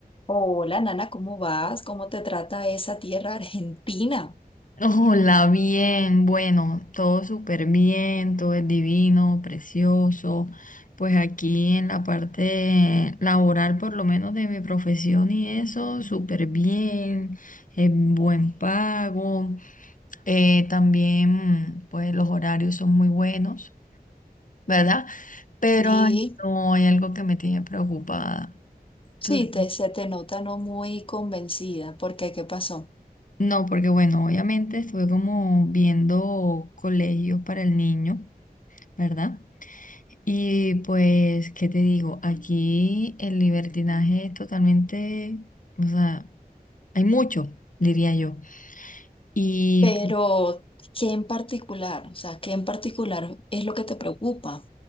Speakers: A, on the left (about 35°); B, on the left (about 55°).
A: Hola, Nana, ¿cómo vas? ¿Cómo te trata esa tierra argentina?
B: Hola, bien, bueno, todo súper bien, todo es divino, precioso. Pues aquí en la parte laboral, por lo menos de mi profesión y eso, súper bien, eh, buen pago. Eh, también, pues los horarios son muy buenos, ¿verdad? Pero
A: Sí,
B: ay, no hay algo que me tiene preocupada.
A: sí,
B: Tú-
A: te, se te nota no muy convencida, porque ¿qué ¿Qué pasó?
B: no, porque bueno, obviamente estuve como viendo colegios para el niño, ¿verdad? Y pues, ¿qué te digo? Aquí el libertinaje es totalmente, o sea, hay mucho, diría yo. Y,
A: Pero, ¿qué en particular? O sea, ¿qué en particular es lo que te preocupa?